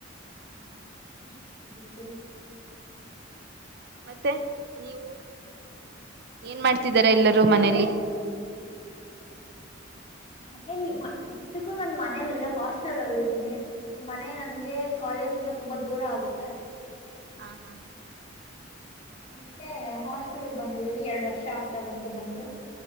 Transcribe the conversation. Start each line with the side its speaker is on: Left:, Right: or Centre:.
Left: <unintelligible> ಎಷ್ಟ ಹೇಳ್ತೀರಾ
Right: ಮತ್ತೆ ನೀವು <unintelligible> ಏನ್ ಮಾಡ್ತಿದರ
Left: ಎಷ್ಟೊತ್ತಿಗೆ
Right: ಎಲ್ಲರೂ
Left: ಎದ್ದೇಳ್ತೀರಾ
Right: ಮನೇಲಿ.
Left: ಮನೇಲಿ ಇಷ್ಟಕ್ಕೂ ನಾನ ಮನೇೆಯಲ್ಲಿ ಇಲ್ಲ ಹಾಸ್ಟೆಲ್ ಅಲ್ಲಿ ಇದ್ದೀನಿ. ಮನೆ ನನ್ಗೆ ಕಾಲೇಜಂದ ತುಂಬಾ ದೂರ ಆಗುತ್ತೆ.
Right: ಹಾ ಹಾ
Left: ಅದಕ್ಕೆ ಹಾಸ್ಟೆಲ್ ಬಂದಿದ್ದೀನಿ ಎರಡು ವರ್ಷ ಆಗ್ತಾ ಬಂತು ಬಂದು